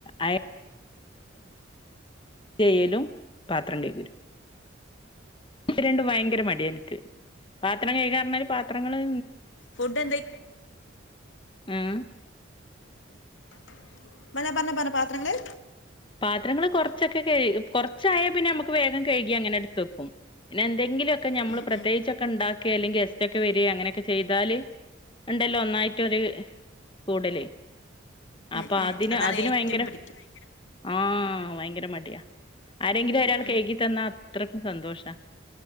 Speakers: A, on the left; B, on the left.
A: അയ ൻ ചെയലും പാത്രം കഴക്കലും രണ്ടും ഭയങ്കര മടി എനിക്ക് പാത്രം കഴ്കാഞ്ഞാല് പാത്രങ്ങള്
B: ഫുഡ് എന്താ
A: ആ
B: ഉം പല പറ പറഞ്ഞ പാത്രങ്ങള്
A: പാത്രങ്ങള് കുറച്ചൊക്കെ കഴകും കുറച്ചായൽ പിന്നെ നമുക്ക് വേഗം കഴുകി അങ്ങനെ എടുത്ത് വെക്കും പിന്നെ എന്തെങ്കിലുമൊക്കെ നമ്മള്
B: ഉം,
A: പ്രതേകിച്ചൊക്കെ
B: ഉം,
A: ഉണ്ടാക്കുക അല്ലെങ്കിൽ ഗസ്റ്റ് ഒക്കെ വരിക അങ്ങനൊക്കെ ചെയ്താല് ഉണ്ടല്ലോ ഒന്നായിട്ട് ഒരു കൂടല്
B: ഉം,
A: അപ്പം
B: ഉം.
A: അതിന്
B: അതാണ്
A: അതിന്
B: ഏറ്റവും
A: ഭയങ്കര
B: പിടിക്കും
A: ആ ഭയങ്കര മടിയാ ആരെങ്കിലും
B: ഉം,
A: ഒരാൾ
B: ഉം.
A: കഴുകി തന്നാ അത്രയ്ക്കും സന്തോഷാ